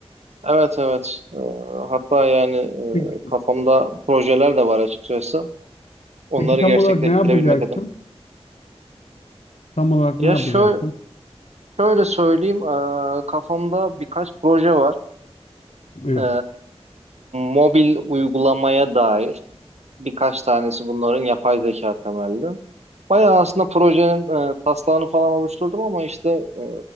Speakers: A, on the right; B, on the left.
A: Evet evet. E, hatta yani e,
B: Peki,
A: kafamda projeler de var açıkçası. Onları
B: peki tam
A: gerçekleştirebilmek
B: olarak ne yapacaksın?
A: adına.
B: Tam olarak
A: Ya
B: ne yapacaksın?
A: şöyle, şöyle söyleyeyim. e, kafamda birkaç proje var.
B: Evet.
A: Ee, mobil uygulamaya dair birkaç tanesi bunların yapay zeka temelli. Bayağı aslında projenin e, taslağını falan oluşturdum ama işte e,